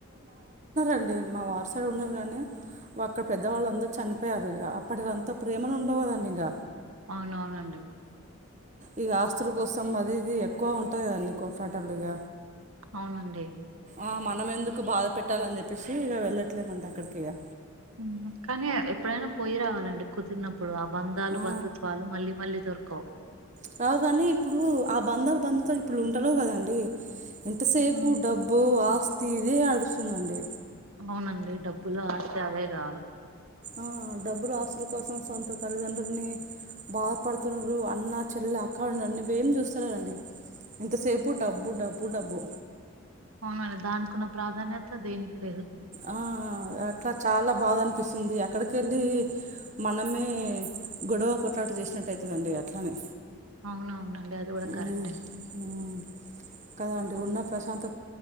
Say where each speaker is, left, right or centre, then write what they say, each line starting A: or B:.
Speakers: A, on the right; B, on the right.
A: అండి మా వారి సైడ్ ఉన్నారు కానీ అక్కడ పెద్దవాళ్ళు అందరు చనిపోయారు ఇంక అప్పటి అంతా ప్రేమలు ఉండవు కదండి ఇంక
B: అవునవునండి
A: ఇగ ఆస్తుల కోసం అది ఇది ఎక్కువ ఉంటాది కొట్లాటాలు ఇక
B: అవునండి
A: ఆ మనం ఎందుకు బాధ పెట్టాలని చెప్పేసి ఇక వెళ్ళట్లేమండి అక్కడికి ఇక
B: ఏమో కానీ ఎప్పుడైనా పోయి రావాలండి కుదిరిన ప్పుడు ఆ బంధాలు
A: ఆ,
B: బంధుత్వాలు మళ్ళీ మళ్ళీ దొరకవు
A: రావు కనే ఇప్పుడు ఆ బంధాలు బంధుత్వాలు ఇప్పుడు ఉంటలెవ్ కదండి ఇంతసేపు
B: ఉమ్
A: డబ్బు ఆస్తి ఇదే అడుస్తుందండి
B: అవునండి డబ్బులు ఆస్తీ అవేగా
A: ఆ డబ్బులు ఆస్తుల కోసం సొంత తల్లిదండ్రులని బాధపడుతున్నారు అన్న చెల్ అక్క ఉండండి నువ్వేం చూస్తాలేరండి ఎంతసేపు డబ్బు డబ్బు డబ్బు
B: అవునండి దానికున్న ప్రాధాన్యత దేనికి లేదు
A: ఆ అట్లా చాలా బాధ అనిపిస్తుంది ఎక్కడికి వెళ్ళి మనమే గొడవ కొట్లాట చేసినట్టు ఐతదండి అట్లనే
B: అవునవునండి అది కూడా
A: మ్మ్
B: కరెక్ట్ ఏ
A: మ్మ్ కదా అండి ఉన్న ప్రశాంత